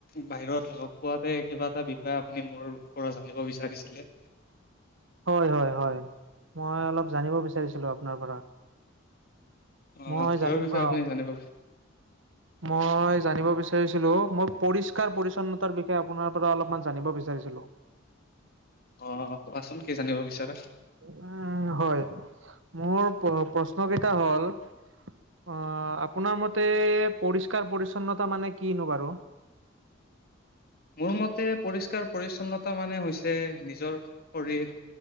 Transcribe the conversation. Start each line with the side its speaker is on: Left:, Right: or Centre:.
Left: বাহিৰত লগ পোৱাতে কিবা এটা বিষয় আপুনি মোৰ পৰা জানিব বিচাৰিছিলে।
Right: হয় হয় হয়, মই অলপ জানিব বিচাৰিছিলোঁ আপোনাৰ পৰা।
Left: অ'
Right: মই
Left: কিহৰ
Right: জানি
Left: বিষয়ে
Right: অ
Left: আপুনি জানিব
Right: মই জানিব বিচাৰিছিলোঁ, মই পৰিষ্কাৰ পৰিচ্ছন্নতাৰ বিষয়ে আপোনাৰ পৰা অলপমান জানিব বিচাৰিছিলোঁ।
Left: অ' কোৱাচোন কি জানিব বিচাৰা?
Right: উ, হয়, মোৰ প্ৰশ্নকেইটা হ'ল অ' আপোনাৰ মতে পৰিষ্কাৰ পৰিচ্ছন্নতা মানে কিনো বাৰু?
Left: মোৰ মতে পৰিষ্কাৰ পৰিচ্ছন্নতা মানে হৈছে নিজৰ শৰীৰ